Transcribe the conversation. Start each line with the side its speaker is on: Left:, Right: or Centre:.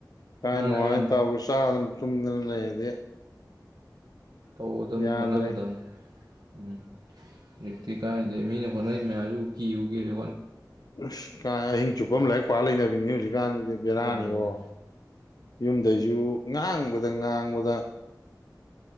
Left: ꯀꯥꯏꯅ
Right: ꯃꯥꯅꯦ
Left: ꯅꯨꯡꯉꯥꯏ
Right: ꯃꯥꯅꯦ
Left: ꯇꯕꯨ ꯆꯥꯗꯅ ꯇꯨꯝꯗꯅ ꯂꯩꯔꯗꯤ
Right: ꯇꯧ ꯑꯗꯨ
Left: ꯌꯥꯗ꯭ꯔꯦ
Right: ꯍꯣꯠꯅꯒꯗꯝꯕ ꯎꯝ ꯍꯧꯖꯤꯛꯇꯤ ꯀꯥꯏꯗꯦ ꯃꯤꯅ ꯍꯣꯠꯅꯔꯤ ꯃꯌꯥꯝꯁꯨ ꯀꯤꯌ ꯀꯦꯦ
Left: ꯑꯁ ꯀꯥꯏ ꯑꯍꯤꯡ ꯆꯨꯞꯄ ꯑꯃ ꯂꯥꯏꯔꯤꯛ ꯄꯥ ꯂꯩꯅꯕꯤꯅꯤ ꯍꯧꯖꯤꯛꯀꯥꯟꯗꯤ ꯑꯗꯨ ꯕꯦꯔꯥꯅꯤ
Right: ꯑꯗꯨꯅꯤ
Left: ꯑꯣꯣ ꯌꯨꯝꯗꯩꯁꯨ ꯉꯥꯡꯕꯗ ꯉꯥꯡꯕꯗ